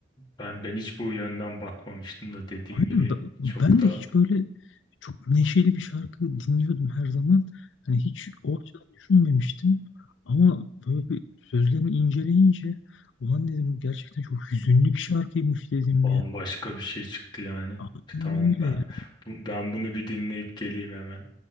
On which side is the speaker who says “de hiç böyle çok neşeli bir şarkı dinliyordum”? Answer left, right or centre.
Left